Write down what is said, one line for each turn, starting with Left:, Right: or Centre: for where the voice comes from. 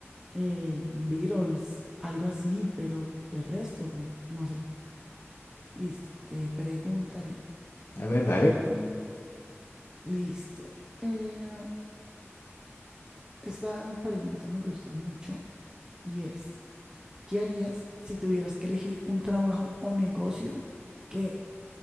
Right: eh, Beatles, algo así, pero de resto, no, no sé. Listo, te preguntaré. Mm,
Left: A ver, dale.
Right: listo. Eh, esta pregunta me gusta mucho y es, ¿qué harías si tuvieras que elegir un trabajo o negocio que